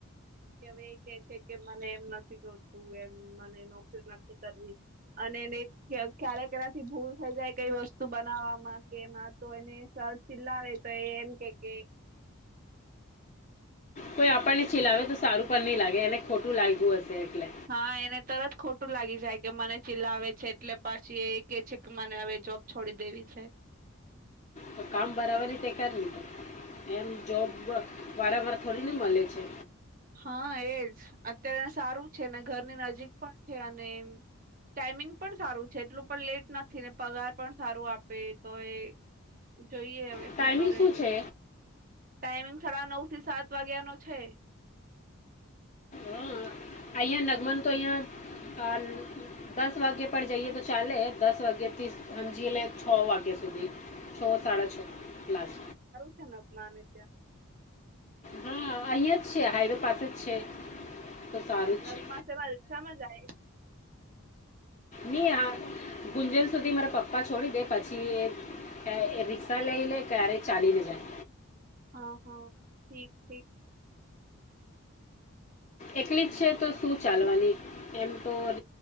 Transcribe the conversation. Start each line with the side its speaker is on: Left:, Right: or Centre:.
Right: કે હવે એ કે છે, કે મને એમ નથી જોતું એમ મને નોકરી નથી કરવી અને એને કરવી ક્યારે કનાથી ભૂલ થઈ જાય કઈ વસ્તુ બનાવવામાં કે એમાં તો એને સરચ ચિલાવે તો એ એમ કે કે
Left: કોઈ આપણને ખીલાવે તો સારું પણ નહીં લાગે એને ખોટું લાગ્યું હશે એટલે
Right: હા એને તરત ખોટું લાગી જાય કે મને ચિલ્લાવે છે, એટલે પાછી એ કે છે, કે મને હવે જોબ છોડી દેવી છે.
Left: તો કામ બરાબર રીતે કર લી તો એમ જોબ વારંવાર થોડી ને મલે છે.
Right: હા એજ અત્યારે સારું છે, ને ઘરની નજીક પણ છે, અને એમ ટાઈમિંગ પણ સારું છે, એટલું પણ લેટ નથી ને પગાર પણ સારું આપે તો એ જોઈએ હવે
Left: ટાઈમિંગ
Right: શું કરે ટાઈમિંગ
Left: છે
Right: સાડા નવ થી સાત વાગ્યા નો છે.
Left: હ અહંયા નગમન તો અહયા હાલ દસ વાગ્યા પર જઈએ તો ચાલે દસ વાગ્ય થી હમજી લે છ વાગ્યા સુધી છ સાડા છ ક્લાસ
Right: નપમાને ત્યા
Left: હા અહિયાં જ છે, હાઈવે પાસે જ છે. તો
Right: હા
Left: સારું જ છે
Right: નગમા સેમા રીક્ષા મા જાય
Left: ની આ ગુંજન સુધી મારા પપ્પા છોડી દે પછી એ એ રિક્ષા લઈ લે ક્યારે ચાલી ને જાય
Right: હા હ ઠીક ઠીક
Left: એકલી જ છે, તો શું ચાલવાની એમ તો ર